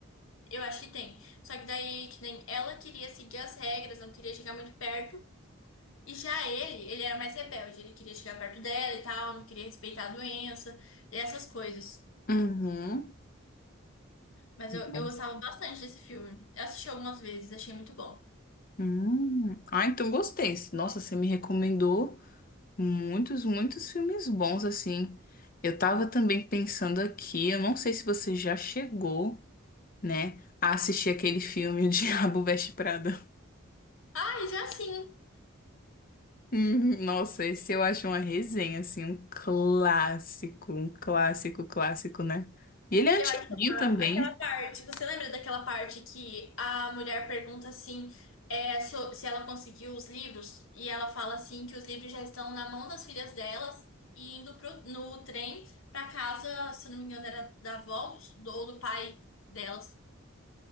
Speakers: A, on the left (about 75°); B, on the left (about 45°).
A: Eu acho que tem. Só que daí, que nem ela queria seguir as regras, não queria chegar muito perto. E já ele, ele era mais rebelde, ele queria chegar perto dela e tal, não queria respeitar a doença, e essas coisas.
B: Uhum.
A: Mas eu,
B: Nossa.
A: eu gostava bastante desse filme. Eu assisti algumas vezes, achei muito bom.
B: Hum. Ah, então gostei. Nossa, você me recomendou muitos, muitos filmes bons, assim. Eu tava também pensando aqui, eu não sei se você já chegou, né, a assistir aquele filme O Diabo Veste Prada.
A: Ah, e já sim.
B: Hum, Nossa, esse eu acho uma resenha, assim, um clássico, um clássico, clássico, né? E ele é
A: Eu
B: antiguinho
A: acho que aquela,
B: também.
A: aquela parte, você lembra daquela parte que a mulher pergunta assim, é, so- se ela conseguiu os livros, e ela fala assim que os livros já estão na mão das filhas delas e indo pro, no trem pra casa, se eu não me engano, era da avó do- ou do pai delas.